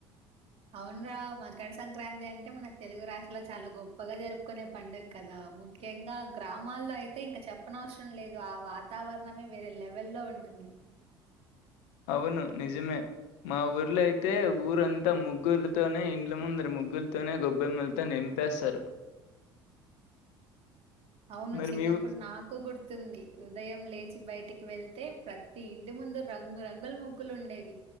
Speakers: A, on the right; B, on the left.
A: అవునరా మకర సంక్రాంతి అంటే మన తెలుగు రాష్ట్రలో చాలా గొప్పగా జరుపుకునే పండుగ కదా ముఖ్యంగా గ్రామాల్లో అయితే ఇంకా చెప్పన అవసరం లేదు ఆ వాతావరణమే వేరే లెవెల్లో ఉంటుంది
B: అవును నిజమే మా ఊర్లోయితే ఊరంతా ముగ్గులతోనే ఇండ్ల ముందర ముగ్గులతోనే గొబ్బెమ్మలతో నింపేస్తారు
A: అవును
B: మరి
A: చిన్నప్పుడు
B: మీ ఊ
A: నాకు గుర్తుంది ఉదయం లేచి బయటికి వెళ్తే ప్రతి ఇంటి ముందు రంగు రంగుల ముగ్గులు ఉండేవి